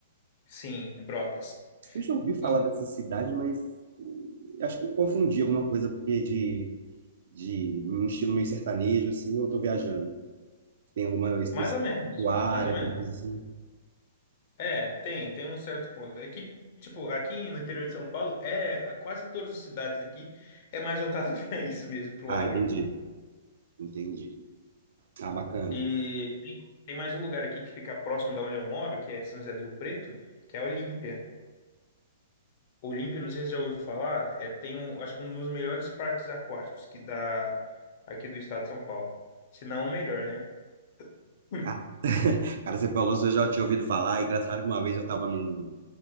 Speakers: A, on the left; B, on the right.
A: Sim, é Brotas.
B: Eu já ouvi falar
A: E
B: dessa cidade, mas hum, acho que eu confundi alguma coisa porque de, de um estilo meio sertanejo, assim, eu tô viajando. Tem alguma exposição
A: mais ou menos,
B: área,
A: mais ou
B: alguma
A: menos.
B: coisa assim.
A: É, tem, tem um certo ponto. É que, tipo, aqui no interior de São Paulo, é, a quase todas as cidades aqui é mais voltada <laughs> para isso mesmo, pro
B: Ah,
A: agro.
B: entendi. Entendi. Ah, bacana.
A: E tem tem mais um lugar aqui que fica próximo da onde eu moro, que é São José do Rio Preto, que é Olímpia. Olímpia, não sei se você já ouviu falar, é, tem um, acho que um dos melhores parques aquáticos que dá aqui do estado de São Paulo. Se não o melhor, né? <clears throat>
B: Ah, <laughs> Cara, você falou, se eu já tinha ouvido falar. E engraçado que uma vez eu estava num